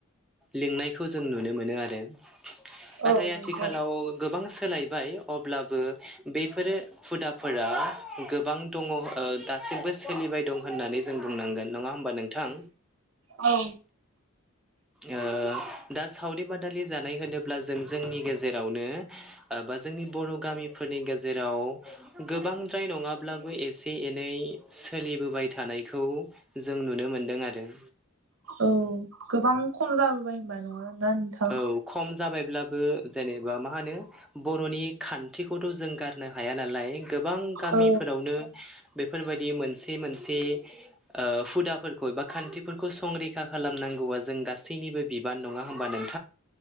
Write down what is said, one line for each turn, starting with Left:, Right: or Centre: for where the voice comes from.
Centre: लिंनायखौ जों नुनो मोनो आरो नाथाय
Right: औ नंगौ
Centre: आथिखालाव गोबां सोलायबाय अब्लाबो बेफोरो हुदाफोरा गोबां दङ दासिमबो सोलिबाय दं होननानै जों बुंनांगोन नङा होमबा नोंथां
Right: औ
Centre: ओ दा सावरि बादा लि जानाय होनोब्ला जों जोंनि गेजेरावनो ओ बा जोंनि बर' फोरनि गेजेराव गोबांद्राय नङाब्लाबो एसे एनै सोलिबोबाय थानायखौ जों नुनो मोनदों आरो
Right: औ गोबां खम जाबोबाय होनबा नोङो ना नोंथां
Centre: औ खम जाबायब्लाबो जेनेबा मा होनो बर'नि खान्थिखौथ' जों गारनो हाया नालाय गोबां गामिफोरावनो
Right: औ
Centre: बेफोरबायदि मोनसे मोनसे ओ हुदाफोरखौ एबा खान्थिफोरखौ संरैखा खालामनां गौआ जों गासैनिबो बिबान नङा होमबा नोंथां